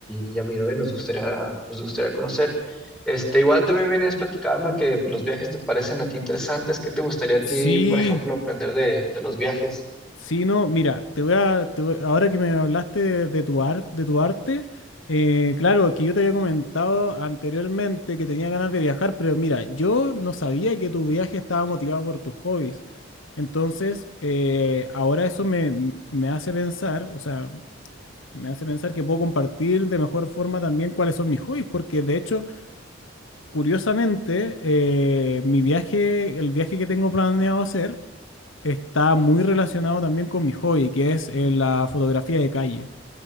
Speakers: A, in the centre; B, on the left.
A: y, y a mi novia nos gustaría, nos gustaría conocer. Este, igual te venías platicando que pues, los viajes te parecen a ti interesantes. ¿Qué te gustaría a ti,
B: Sí,
A: por ejemplo, aprender de, de los viajes?
B: Sí, no, mira, te voy a, te voy- ahora que me hablaste de, de tu arte, de tu arte, eh, claro, que yo te había comentado anteriormente que tenía ganas de viajar, pero mira, yo no sabía que tu viaje estaba motivado por tus hobbies. Entonces, eh, ahora eso me, me hace pensar, o sea, me hace pensar que puedo compartir de mejor forma también cuáles son mis hobbies, porque de hecho, curiosamente, eh, mi viaje, el viaje que tengo planeado hacer, está muy relacionado también con mi hobby, que es eh, la fotografía de calle.